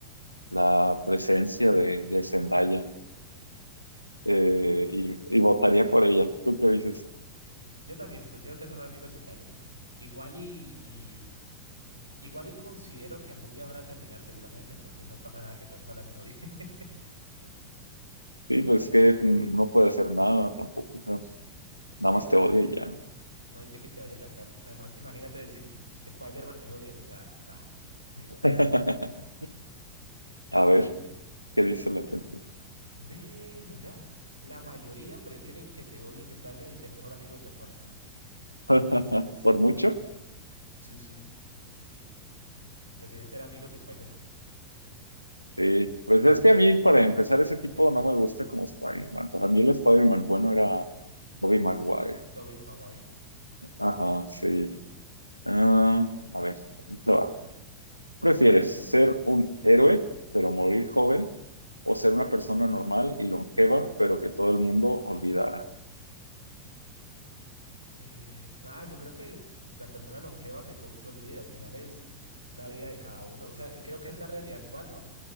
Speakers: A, on the left (about 90°); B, on the right (about 85°).
A: la presencia de, de Zendaya eh, y, y votaría por ella. ¿Tú qué dices?
B: Yo también prefiero ser mejor amigo de Zendaya. Igual y, y- igual y considero que algún día van a terminar seguramente, entonces no pasa nada que Tom Holland me odie. <laughs>
A: Sí, pues que no puede hacer nada tampoco, pero nada
B: Sí,
A: más
B: no,
A: te odia
B: no,
A: y ya, ¿no?
B: no dice que te vaya a atacar. Además, imagínate decir Spider-Man me odia. O sea, bah,
A: <laughs> A ver,
B: qué nivel.
A: ¿qué dice la gente?
B: Ve, mira, la mayoría prefiere que te odie Zendaya y ser mejor amigo de Tom Holland.
A: <laughs> ¿Por mucho?
B: Sí, sí, prefieren ser amigos de Spider-Man.
A: Sí, pues es que a mí para empezar ese tipo no me gusta como Spider-Man. Para mí el Spider-Man bueno era Bobby Maguire.
B: Tobey Maguire. Sí.
A: Ajá, sí. Ah, a ver, esto va. ¿Prefieres ser un héroe, pero morir joven, o ser una persona normal y longeva, pero que todo el mundo olvidara?
B: Eh, ah, yo creo que la persona longeva que todo el mundo olvide al final es la vida de cada uno. O sea, creo que es la realidad actual, ¿no?